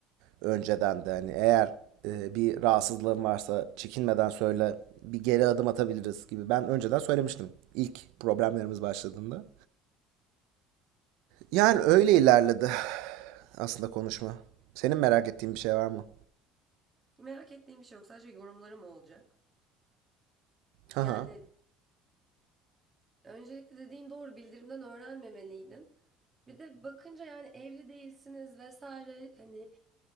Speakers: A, on the right; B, on the right.
A: önceden de hani eğer e, bir rahatsızlığın varsa çekinmeden söyle bir geri adım atabiliriz gibi. Ben önceden söylemiştim. ilk problemlerimiz başladığında. Yani öyle ilerledi aslında konuşma. Senin merak ettiğin bir şey var mı?
B: Merak ettiğim bir şey yok. Sadece yorumlarım olacak.
A: Haha.
B: Yani Öncelikle dediğin doğru bildirimden öğrenmemeliydin. Bir de bakınca yani evli değilsiniz vesaire hani